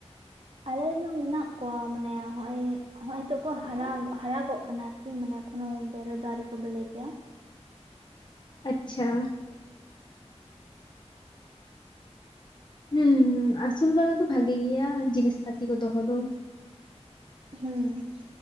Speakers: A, on the right; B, on the left.
A: ᱟᱞᱮ ᱨᱮᱱ ᱦᱚᱸ ᱢᱮᱱᱟᱜ ᱠᱚᱣᱟ ᱢᱟᱱᱮ ᱦᱚᱜᱼᱚᱭ ᱦᱚᱸᱜ ᱚᱭ ᱱᱤᱛᱚᱜ ᱠᱚ ᱦᱟᱨᱟ ᱦᱟᱨᱟᱜᱚᱜ ᱠᱟᱱᱟ ᱟᱨᱠᱤ ᱢᱟᱱᱮ ᱮᱠᱷᱚᱱᱳ ᱵᱮᱞᱮ ᱫᱚ ᱟᱣᱨᱤ ᱠᱚ ᱵᱮᱞᱮ ᱜᱮᱭᱟ᱾
B: ᱟᱪᱪᱷᱟ ᱾ ᱦᱮᱸ ᱟᱹᱥᱩᱞ ᱵᱟᱲᱟ ᱫᱚ ᱵᱷᱟᱜᱤ ᱜᱮᱭᱟ ᱡᱤᱱᱤᱥ ᱯᱟᱛᱤ ᱠᱚ ᱫᱚᱦᱚ ᱫᱚ ᱾
A: ᱦᱩᱸ ᱾